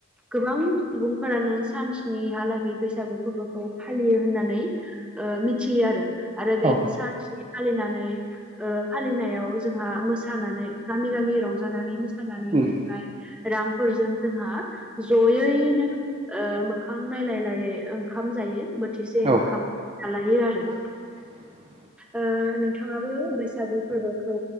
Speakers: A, in the centre; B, on the right (about 25°).
A: गोबां सुबुंफोरानो सानस्निहालागै बैसागु फोरबोखौ फालियो होननानै। ओ मिथियो आरो आरो
B: औ
A: बे सानस्नि फालिनानै ओ फालिनायाव जोंहा मोसानानै गामि गामि रंजानानै मोसानानै।
B: नोंथां
A: मोननाय रांफोरजों जोंहा ज'यैनो ओ मोखां नायलायलाय। से ओंखाम जायो बोथिसे
B: औ
A: ओंखाम जालायो आरो।
B: <unintelligible>
A: ओ नोंथाङाबो बैसागु फोरबोखौ